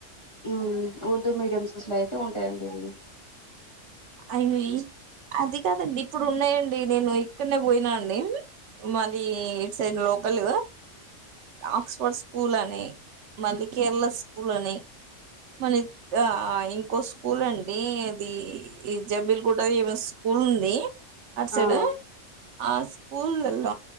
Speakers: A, on the left (about 25°); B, on the right (about 65°).
A: ఊ ఓ దు మీడియంస్లల్లయితే ఉంటాయండి ఇ
B: అయి అది కాదండి ఇప్పుడు ఉన్నయండి, నేను ఇక్కడ్నె పోయినా అండి మాది ఇట్ సైడ్ లోకల్ ఆక్స్ఫర్డ్ స్కూల్ అని, మళ్ళీ కేరళ స్కూల్ అని మలి తా ఇంకో స్కూల్ అండీ అదీ ఈ జబ్బీల్ గూడది ఏమో స్కూల్ ఉంది అటు సైడ్
A: ఆ
B: ఆ స్కూలల్ల